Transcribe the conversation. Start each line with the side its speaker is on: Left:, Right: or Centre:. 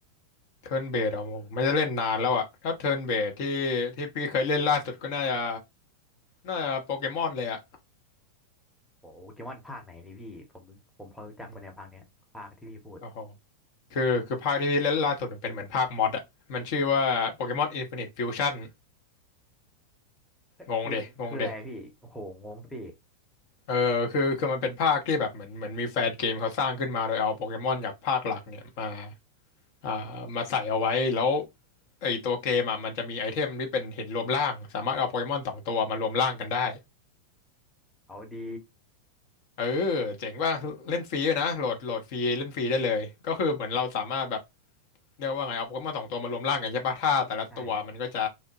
Left: เทิร์นเบสอ่ะผมไม่ได้เล่นนานแล้วอ่ะถ้าเทิร์นเบสที่ที่พี่เคยเล่นล่าสุดก็น่าจะน่าจะโปเกมอนเลยอ่ะ
Centre: โอ้โหเกมอนภาคไหนนี่พี่ผมผมพอรู้จักปะเนี่ยภาคเนี้ยภาคที่พี่พูด
Left: อืมโอ้โหคือคือภาคที่พี่เล่นล่าสุดมันเป็นเหมือนภาคมอดอ่ะมันชื่อว่าโปเกมอนอินฟินิตฟิวชั่น
Centre: เอ้ยคือคืออะไรพี่โอ้โหงงสิ
Left: งงเดะงงเดะเออคือคือมันเป็นภาคที่แบบเหมือนเหมือนมีแฟนเกมเขาสร้างขึ้นมาโดยเอาโปเกมอนจากภาคหลักเนี่ยมา อ่ามาใส่เอาไว้แล้วไอตัวเกมอ่ะมันจะมีไอเทมที่เป็นหินรวมร่างสามารถเอาโปเกมอนสองตัวมารวมร่างกันได้
Centre: เอาดี
Left: เออเจ๋งว่าเล่นฟรีด้วยนะโหลดโหลดฟรีเล่นฟรีได้เลยก็คือเหมือนเราสามารถแบบเรียกว่าไงเอาโปเกมอนสองตัวมารวมร่างกันใช่ปะถ้าแต่ละตัวมันก็จะ
Centre: ใช่